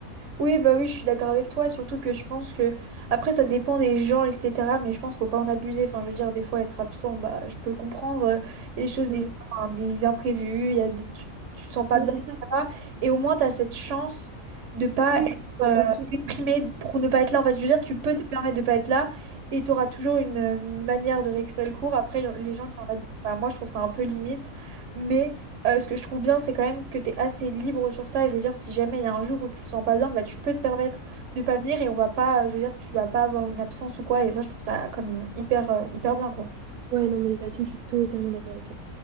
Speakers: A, on the right; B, on the right.
A: Oui, bah oui, je suis d'accord avec toi, surtout que je pense que, après, ça dépend des gens, etc., mais je pense qu'il faut pas en abuser. Enfin, je veux dire, des fois, être absent, bah, je peux le comprendre. Euh, Il y a des choses,
B: Ouais,
A: des fois, enfin, des imprévus, il y a des- tu, tu te sens pas
B: non
A: bien,
B: c'est
A: etc.
B: ça.
A: Et au moins, tu as cette chance de pas
B: Oui,
A: être
B: il
A: euh,
B: n'y a pas de souci.
A: déprimé pour ne pas être là. En fait, je veux dire, tu peux te permettre de pas être là et tu auras toujours une euh, manière de récupérer le cours. Après, y en- les gens qui en abusent, bah, moi, je trouve ça un peu limite, mais euh, ce que je trouve bien, c'est quand même que tu es assez libre sur ça. Et je veux dire, si jamais il y a un jour où tu te sens pas bien, bah, tu peux te permettre de pas venir et on va pas, euh, je veux dire, tu vas pas avoir une absence ou quoi. Et ça, je trouve ça comme hyper, euh, hyper bien, quoi.
B: Ouais, non, mais là-dessus, je suis totalement d'accord avec toi.